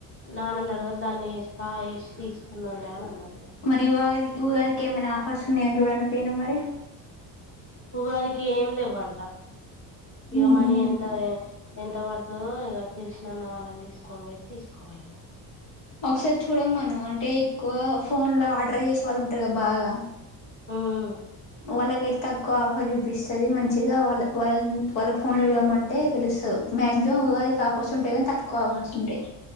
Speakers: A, on the left (about 30°); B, on the left (about 85°).
A: నాన్ననడగకు దాన్ని వేస్తా వేసి తీసుకుందాంలే అని అన్నడు
B: మరి ఉగాది ఊగాదికి ఏమన్న ఆఫర్స్ ఉన్నాయో చూడనకపోయినవ్ మరి
A: ఉగాదికి ఏం లెవ్వంట ఇగ
B: ఊహూ
A: మని ఎంత ఎంత పడుతదో ఇగ తెలిసినన్న వాళ్ళని తీసుకొని పోయి తీసుకోవాలె ఇగ
B: ఒకసారి చూడమను అంటే ఎక్కువ ఫోన్ ల ఆర్డర్ చేసే వాళ్ళు ఉంటరు కదా బాగా
A: ఉమ్
B: వాళ్ళకైతే తక్కువ ఆఫర్ చూపిస్తది మంచిగా వాళ్ళ వాళ్ళ వాళ్ళ ఫోన్లు చూడమంటే తెలుస్తది మాక్సిమం ఉగాదికి ఆఫర్స్ ఉంటయి కానీ తక్కువ ఆఫర్స్ ఉంటయి